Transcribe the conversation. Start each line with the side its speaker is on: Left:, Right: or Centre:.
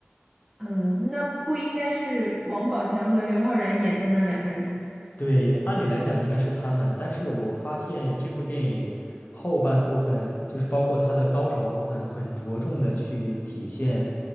Centre: 嗯，嗯，那不应该是王宝强和刘昊然演的那两个人？
Left: 对，按理来讲应该是他们，但是我发现这部电影后半部分，就是包括它的高潮部分，很着重的去体现